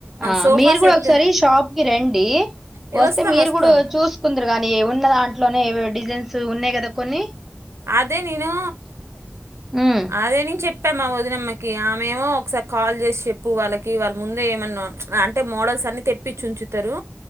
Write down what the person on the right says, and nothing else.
సోఫా
సెట్
ఏ,
వస్తాం
వస్తాం
అదే నేను
అదే నేన్ చెప్ప మా వదినమ్మకి ఆమ్ మేము ఒకసారి కాల్జేసి చెప్ ప్పు వాళ్ళకి వాళ్ ముందే ఏమన్నా అంటే మోడల్సన్ని తెప్పించి ఉంచుతారు.